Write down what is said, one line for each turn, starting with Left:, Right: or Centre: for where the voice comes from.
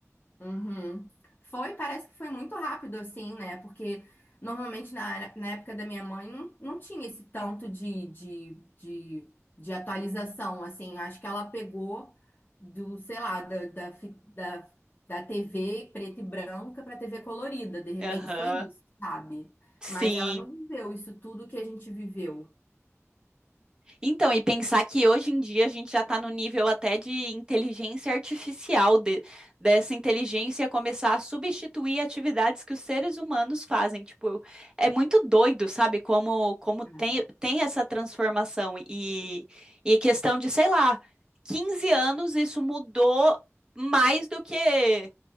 Left: Uhum. Foi, parece que foi muito rápido assim, né? Porque normalmente na, na época da minha mãe não, não tinha esse tanto de, de, de, de atualização, assim. Acho que ela pegou do, sei lá, da, da, fi- da, da TV preta e branca para TV colorida. De repente
Right: Aham.
Left: foi isso, sabe?
Right: Sim.
Left: Mas ela não viveu isso tudo que a gente viveu.
Right: Então, e pensar que hoje em dia a gente já está no nível até de inteligência artificial, de- dessa inteligência começar a substituir atividades que os seres humanos fazem. Tipo, é muito doido, sabe? Como, como
Left: Caramba.
Right: tem, tem essa transformação. E, e questão de, sei lá, 15 anos isso mudou mais do que